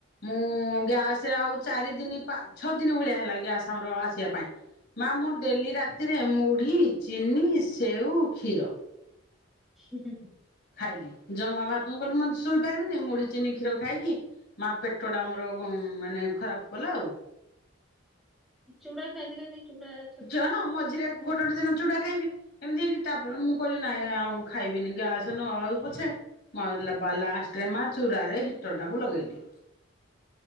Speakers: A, on the left (about 55°); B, in the centre.
A: ମୁଁ ଗ୍ୟାସ ଆଉ ଚାରି ଦିନି ପାଛଅ ଦିନି ଭଳିଆ ହେଲା ଗ୍ୟାସ ଆମର ଆସିବା ପାଇଁ! ମା ମୁଁ ଡେଲି ରାତିରେ ମୁଢ଼ି ଚିନି ସେଉ କ୍ଷୀର
B: ସୁ ହୁଁ ହୁଁ!
A: ଖାଇଲି ଜମା ଭାତଙ୍କୁ ମୁଁ କଣ ମନ ଛୁଇଁ ପାରିବିନି ମୁଢ ଚିନି କ୍ଷୀର ଖାଇକି ମା ପେଟ ଟା ମୋର ମାନେ ଖରାପ କଲା ଆଉ!
B: ଚୁଡ଼ା ଖାଇଦେଲେନି ଚୁଡ଼ାଜ
A: ଯାହଁ ମଝିରେ ଗୋଟେ ଗୋଟେ ଦିନ ଚୁଡା ଖାଇବି! ଏମିତି ତାପରେ ମୁଁ କଇଲି ନାଇଁ ଆଉ ଖାଇବିନି ଗ୍ୟାସ ନଆଉ ପଛେ! ମଲବା ଲାଷ୍ଟେ ରେ ମା ଚୁରାରେ ହିଟରଟାକୁ ଲଗେଇଦିଏ!